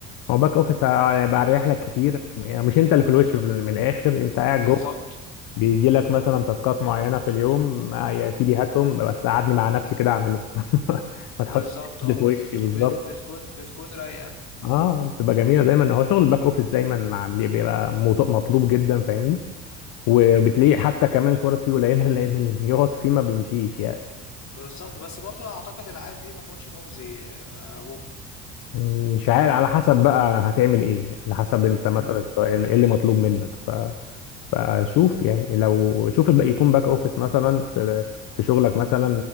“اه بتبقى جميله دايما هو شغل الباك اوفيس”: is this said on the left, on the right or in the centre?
Left